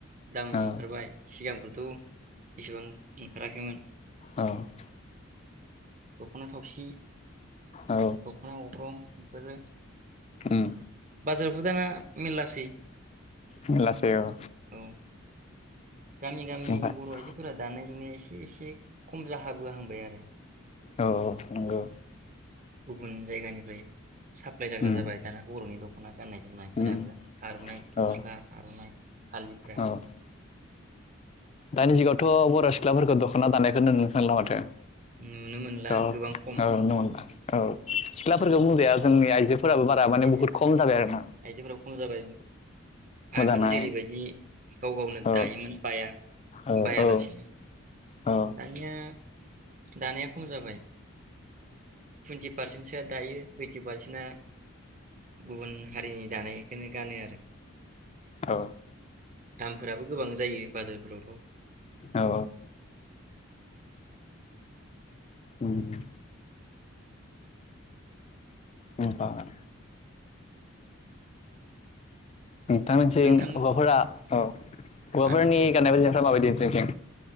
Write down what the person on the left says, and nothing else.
औ
औ ओमफ्राय
औ
उम
मेरलासेै ओ
ओमफ्राय
औ नंगौ
उम
उम
औ
औ दानि जुगावथ' बर' सिख्लाफोरखौ दख'ना दानायखौ नुनो मोनला माथो
स' औ
नंगौ नोंथां औ सिख्लाफोरखौ बुंजाया जोंनि आइजो फोराबो बारा माने
बहुत खम जाबाय आरो ना
दानाय
औ
औ
औ औ
औ
औ उम ओमफ्राय नोंथांमोनजों
हौवाफोरा औ गवाफोरनि
गाननाय खालामाबाय